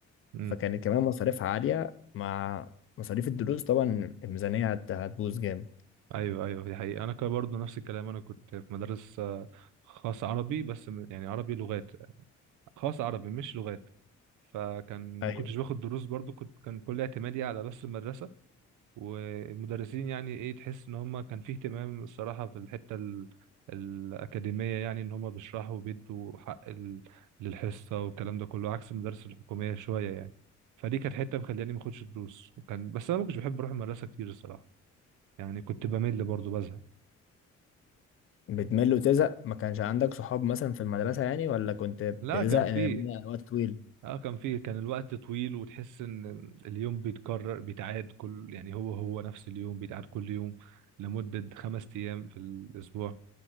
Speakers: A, on the right; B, on the left.
A: امم
B: فكانت كمان مصاريفها عالية مع مصاريف الدروس طبعا الميزانية هت- هتبوظ جامد
A: ايوه ايوه دي حقيقة انا كان برضه نفس الكلام انا كنت في مدرسة خاص عربي بس م- يعني عربي لغات خاص عربي مش لغات فكان
B: أيوه
A: ما كنتش باخد دروس برضو كنت كان كل اعتمادي على بس المدرسة والمدرسين يعني ايه تحس ان هم كان فيه اهتمام الصراحة في الحتة ال... الأكاديمية يعني ان هم بيشرحوا وبيدوا حق ال... للحصة والكلام ده كله عكس المدارس الحكومية شوية يعني فدي كانت حتة مخلياني ما اخدش دروس وكان بس انا ما كنتش بحب اروح المدرسة كتير الصراحة يعني كنت بمل برضو بزهق
B: بتمل وتزهق ما كانش عندك صحاب مثلا في المدرسة يعني ولا كنت
A: لا
B: بتزهق
A: كان فيه
B: من وقت طويل
A: اه كان في كان الوقت طويل وتحس ان اليوم بيتكرر بيتعاد كل يعني هو هو نفس اليوم بيتعاد كل يوم لمدة خمس ايام في الاسبوع